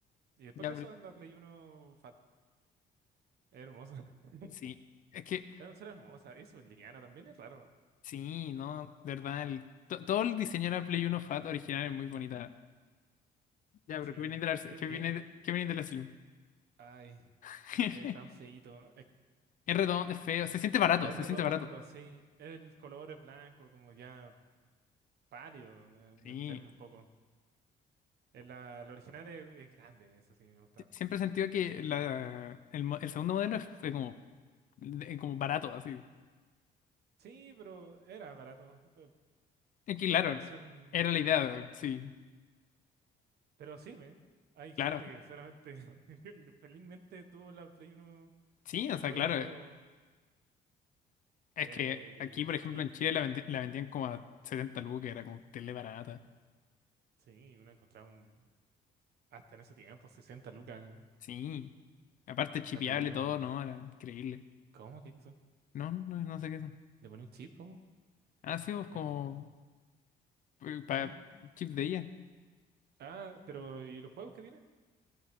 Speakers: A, on the right; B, on the left.
A: Y después
B: Ya,
A: de
B: pero-
A: eso la Play Uno fat. Es hermosa. <laughs>
B: sí. Es que,
A: La consola es hermosa. Eso es liviana también, es raro.
B: sí, no, de verdad, el- to- todo el diseño de la Play uno Fat original es muy bonita. Ya, pero
A: Sí,
B: ¿qué opináis de la,
A: es
B: qué
A: bien.
B: opináis de, qué opináis de la Slim?
A: Ay.
B: <laughs>
A: Es tan feíto.
B: Es redondo, es feo, se siente barato,
A: Es
B: se
A: redondo,
B: siente barato.
A: sí. El color es blanco, como ya pálido. eh, me
B: Sí.
A: enferma un poco. El, la, la original es, es grande, eso sí me gusta.
B: Siempre he sentido que la, el, mo- el segundo modelo fue como, de- como barato, así.
A: Sí, pero era barato. eh,
B: Es que,
A: Es
B: claro,
A: la versión.
B: era la idea, sí,
A: Pero sirve. Hay gente
B: claro.
A: que solamente <laughs> felizmente tuvo la Play uno
B: Sí, o
A: modelo
B: sea, claro,
A: nuevo.
B: es
A: eh,
B: que aquí, por
A: y,
B: ejemplo,
A: y-
B: en Chile la, vendi- la vendían como a 70 lucas, era como tele barata.
A: sí, uno encontraba un. Hasta en ese tiempo, 60 lucas.
B: Sí, aparte chipeable
A: Una Play 1.
B: todo, ¿no? Era increíble.
A: ¿Cómo que eso?
B: No, no, no sé qué son.
A: ¿Le pone un chip? ¿Cómo?
B: Ah, sí, pues como
A: Ay,
B: eh, para
A: ¿Qué?
B: chips de ella.
A: Ah, pero ¿y los juegos que tiene?